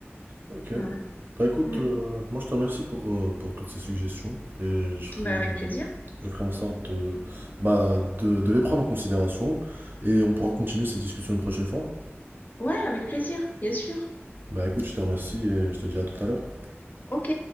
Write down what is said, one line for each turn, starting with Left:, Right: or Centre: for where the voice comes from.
Right: Ok.
Left: ouais. ouais.
Right: Bah écoute,
Left: Mm.
Right: euh, moi je te remercie pour, euh, pour toutes ces suggestions et je ferai,
Left: Ben, avec plaisir.
Right: je ferai en sorte de, bah, de, de les prendre en considération et on pourra continuer cette discussion une prochaine fois.
Left: Ouais, avec plaisir, bien sûr.
Right: Bah écoute, je te remercie et je te dis à tout à l'heure.
Left: Ok.